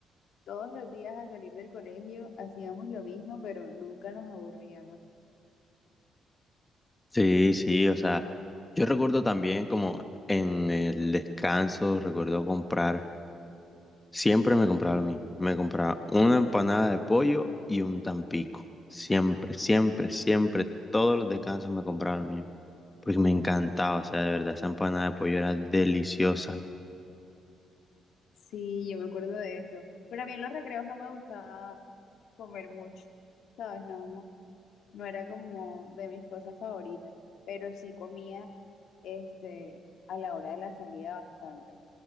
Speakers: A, on the left; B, on the left.
A: todos los días al salir del colegio hacíamos lo mismo, pero nunca nos aburríamos.
B: Sí, sí, o sea, yo recuerdo también como en el descanso, recuerdo comprar, siempre me compraba lo mismo, me compraba una empanada de pollo y un tampico, siempre, siempre, siempre, todos los descansos me compraba lo mismo, porque me encantaba, o sea, de verdad, esa empanada de pollo era deliciosa.
A: Sí, yo me acuerdo de eso. Pero a mí en los recreos no me gustaba comer mucho, ¿sabes? No, no, no era como de mis cosas favoritas, pero sí comía este, a la hora de la salida bastante.